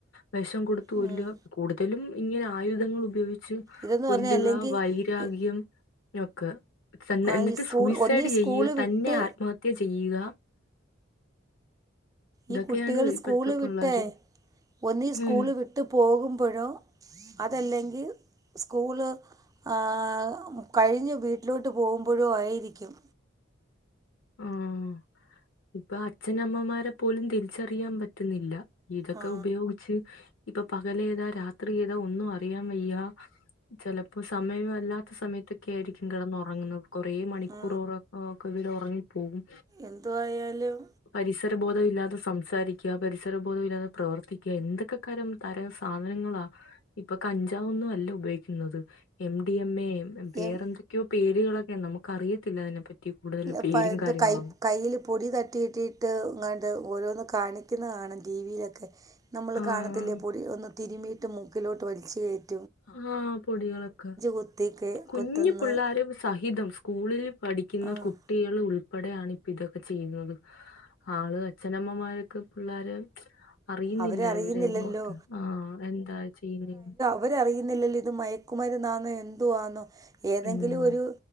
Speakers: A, on the left; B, on the right.
A: വിഷം കൊടുത്ത കൊല്ലുക
B: ഉം.
A: കൂടുതലും ഇങ്ങനെ ആയുധങ്ങൾ ഉപയോഗിച്ച്
B: ഇതെന്ന്
A: കൊല്ലുക
B: പറഞ്ഞാൽ അല്ലെങ്കിൽ
A: വൈ.. വൈരാഗിയം ഒക്കെ തന്നെ
B: ആ
A: എന്നിട്ട്
B: ഈ സ്കൂൾ
A: സൂയിസൈഡ്
B: ഒന്നീ സ്കൂള്
A: ചെയ്യുക തന്നെ
B: വിട്ട്
A: ആത്മഹത്യ ആത്മഹത്യാ ചെയ്യുക ഇതൊക്കെയാണ്
B: ഈ കുട്ടികൾ
A: ഇപ്പോഴത്തെ
B: സ്കൂള്
A: പിള്ളേര്.
B: വിട്ടേ ഒന്നീ സ്കൂള്
A: ഉം.
B: വിട്ട് പോകുമ്പഴോ, അതല്ലെങ്കിൽ സ്കൂള് ആഹ് കഴിഞ്ഞ് വീട്ടിലോട്ട് പോകുമ്പോഴും ആയിരിക്കും.
A: ഉം ഇപ്പൊ അച്ഛനമ്മമാരെ പോലും തിരിച്ചറിയാൻ പറ്റുന്നില്ല ഇതൊക്കെ
B: ആ
A: ഉപയോഗി ഉപയോഗിച്ച് ഇപ്പൊ പകലെതാ രാത്രി ഏതാ ഒന്നും അറിയാൻ വെയ്യ, ചിലപ്പോ സമയം അല്ലാത്ത സമയത്ത് ഒക്കെ ആയിരിക്കും കിടന്ന് ഉറങ്ങുന്നത് കുറെ മണിക്കൂർ
B: ആ
A: ഉറക്കം കവിൽ ഉറങ്ങിപ്പോകും
B: എന്തു ആയാലും
A: പരിസരബോധം ഇല്ലാതെ സംസാരിക്കുക പരിസരബോധം ഇല്ലാതെ പ്രവർത്തിക്കുക എന്തൊക്കെ തരം തരം സാധനങ്ങളാ ഇപ്പൊ കഞ്ചാവ് ഒന്നും അല്ല ഉപയോഗിക്കുന്നത് M D M A വേറെ
B: M
A: എന്തൊക്കെയോ പേരുകളൊക്കെ നമുക്ക് അറിയത്തില്ല അതിനെപ്പറ്റി കൂടുതൽ പേരും
B: പ്പ എന്ത്
A: കാര്യങ്ങളൊന്നും
B: കൈ കയ്യിൽ പൊടി തട്ടിട്ട് കിട്ടിയിട്ട് ഇങ്ങാണ്ട് ഓരോന്ന് കാണിക്കുന്ന കാണും ടി വിയിലൊക്കെ നമ്മൾ
A: ആഹ്
B: കാണത്തില്ലേ പൊടി ഒന്ന് തിരുമിയിട്ട് മൂക്കിലോട്ട് വലിച്ച കയറ്റ
A: ആഹ പൊടികളൊക്കെ
B: കുത്തി കേ-
A: കുഞ്ഞു
B: കുത്തുന്നു
A: പിള്ളോര സഹിതം സ്കൂളിൽ പഠിക്കുന്ന
B: ആഹ്
A: കുട്ട കുട്ടികൾ ഉൾപ്പെടെയാണ് ഇപ്പ ഇതൊക്കെ ചെയ്യുന്നത് ആള് അച്ഛനമ്മമാരൊക്കെ പിള്ളോര് അറിയുന്നില്ല
B: അവരറിയുന്നില്ലല്ലോ
A: ഇവരെ ഇങ്ങോട്ട് ആ എന്താ ചെയ്യുന്ന
B: ഇവരറിയുന്നില്ലല്ലോ ഇത് മയക്കുമരുന്നാന്നോ എന്ത്‌ ആന്നോ ഏതെങ്കിലും
A: ഉം
B: ഒരു